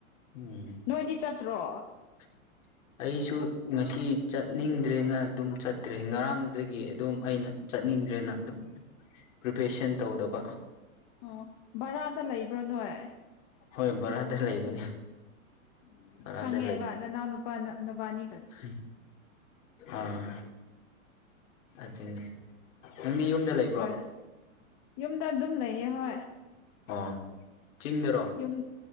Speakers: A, on the left (about 65°); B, on the left (about 35°).
A: ꯎꯝ
B: ꯅꯣꯏꯗꯤ ꯆꯠꯇ꯭ꯔꯣ
A: <inaudible> ꯑꯩꯁꯨ ꯉꯁꯤ ꯆꯠꯅꯤꯡꯗ꯭ꯔꯦꯅ ꯑꯗꯨꯝ ꯆꯠꯇ꯭ꯔꯦ ꯉꯔꯥꯡꯗꯒꯤ ꯑꯗꯨꯝ ꯑꯩꯅ ꯆꯠꯅꯤꯡꯗ꯭ꯔꯦꯅ ꯑꯗꯨꯝ ꯄ꯭ꯔꯤꯄꯦꯁꯟ
B: ꯎꯝ
A: ꯇꯧꯗꯕ
B: ꯑꯣ ꯚꯔꯥꯗ ꯂꯩꯕ꯭ꯔꯣ ꯅꯣꯏ
A: ꯍꯣꯏ ꯕꯔꯥꯗ ꯂꯩꯕꯅꯦ
B: ꯎ
A: ꯕꯔꯥꯗ
B: ꯈꯪꯉꯦꯕ ꯅꯅꯥꯎ ꯅꯨꯄꯥ ꯅꯨꯕꯥꯅꯤ
A: ꯎꯝ ꯑꯥ ꯑꯗꯨꯆꯅꯦ ꯅꯪꯒꯤ ꯌꯨꯝꯗ ꯂꯩ
B: ꯚ ꯌꯨꯝꯗ ꯑꯗꯨꯝ ꯂꯩꯌꯦ ꯍꯣꯏ
A: ꯑꯣ ꯆꯤꯡꯗꯔꯣ
B: ꯌꯨꯝ